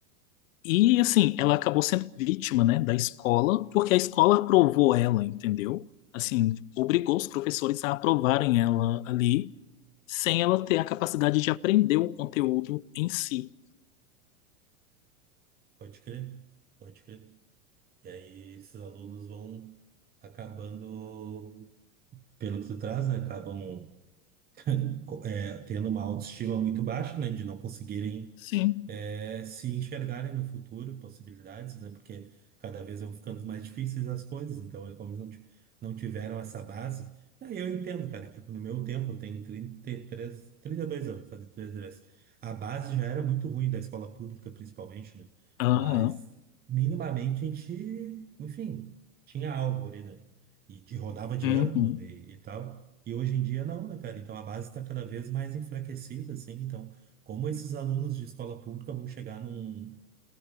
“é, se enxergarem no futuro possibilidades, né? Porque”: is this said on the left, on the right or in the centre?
Right